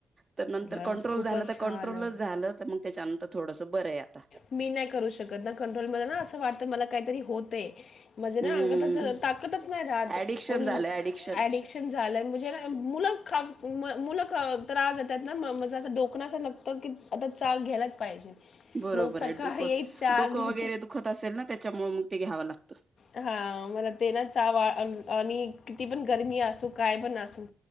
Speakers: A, on the right; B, on the left.
A: तर नंतर
B: नाही
A: कंट्रोल
B: खूपच
A: झालं तर कंट्रोलच
B: छान आहे.
A: झालं. तर मग त्याच्यानंतर थोडंसं बरं आहे आता
B: मी नाही करू शकत ना कंट्रोल. मला ना असं वाटतं मला काहीतरी होतंय. म्हणजे ना
A: हम्म
B: अंगातच ताकदच नाही रहात.
A: ऍडिक्शन
B: मग
A: झालं ऍडिक्शन
B: ॲडी शन झालंय ना. म्हणजे मुलं ख मुलं अ त्रास देतायेत ना, माझं असं डोकं ना असं लागतं की आता चहा घ्यायलाच पाहिजे.
A: बरोबर
B: मग सकाळी
A: आहे. डोकं
B: एक चहा
A: डोकं
B: घेते.
A: वगैरे दुखत असेल ना, त्याच्यामुळे मग ते घ्यावं लागतं.
B: हा. मला ते ना चा वा अण आणि किती पण गरमी असू काय पण असू